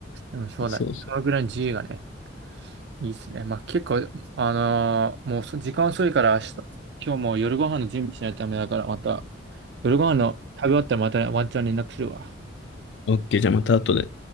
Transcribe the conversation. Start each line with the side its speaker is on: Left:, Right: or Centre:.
Right: でもそうだ。
Left: そうそ
Right: そのぐらいの自由がね、いいっすね。まあ結構、あのーもうそ時間遅いから明日、今日もう夜ご飯の準備しないとダメだから、また、夜ご飯の食べ終わったらまたワンチャン連絡するわ。
Left: う。OK、じゃあまた後で。